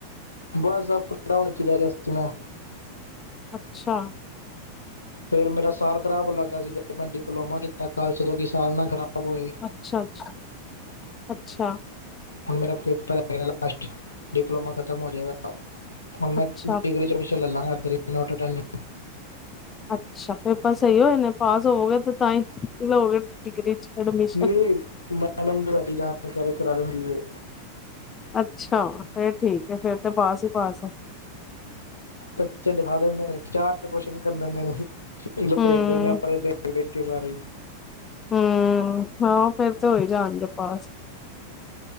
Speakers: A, on the left; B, on the left.
A: ਬਸ ਅਪ ਡਾਊਨ ਵਿੱਚ ਰੇਹ ਰਿਹਾ ਸੀ ਮੈਂ
B: ਅੱਛਾ।
A: ਫੇਰ ਮੇਰਾ ਸਾਲ ਖਰਾਬ ਹੋਣ ਲੱਗਾ ਸੀ ਫੇਰ ਮੈਂ ਡਿਪਲੋਮਾ ਕੀਤਾ ਕਿਉਂਕਿ ਸਾਲ ਨਾ ਖਰਾਬ ਹੋਏ।
B: ਅੱਛਾ-ਅੱਛਾ, ਅੱਛਾ।
A: ਹੁਣ ਮੇਰਾ ਪੇਪਰ ਹੈਗਾ ਲਾਸਟ, ਡਿਪਲੋਮਾ ਖਤਮ ਹੋ ਜੇਗਾ। ਹੁਣ ਮੈਂ
B: ਅੱਛਾ
A: ਡਿਗਰੀ ਚ ਐਡਮਿਸ਼ਨ ਲੈ ਲਾਗਾ <unintelligible>
B: ਅੱਛਾ, ਪੇਪਰ ਸਹੀ ਹੋਏ ਨੇ ਪਾਸ ਹੋਵਗੇ ਤੇ ਤਾਂ ਹੀ ਲਓਗੇ ਡਿਗਰੀ ਚ ਐਡਮਿਸ਼ਨ।
A: ਨਹੀਂ ਮੈਡਮ ਤਾਂ ਸਾਡੀ <unintelligible> ਕਰਾਂ ਦਿੰਦੀ ਏ।
B: ਅੱਛਾ ਫੇਰ ਠੀਕ ਏ ਫੇਰ ਤੇ ਪਾਸ ਹੀ ਪਾਸ ਏ।
A: ਬੱਚੇ ਦਿਖਾ ਦਿੰਦੇ ਨੇ ਚਾਰ ਤਾਂ ਕੋਐਚਨ ਕਰਨੇ ਹੁੰਦੇ ਨੇ। ਲਪੇਟ
B: ਹੂੰ-ਹੂੰ
A: ਦਿੰਦੇ ਆ ਆਪਾਂ ਤੇ ਦੇਖ-ਦੇਖ ਕੇ ਸਾਰੇ ਈ।
B: ਹੂੰ ਹਾਂ ਫੇਰ ਤੇ ਹੋਈ ਜਾਣਗੇ ਪਾਸ।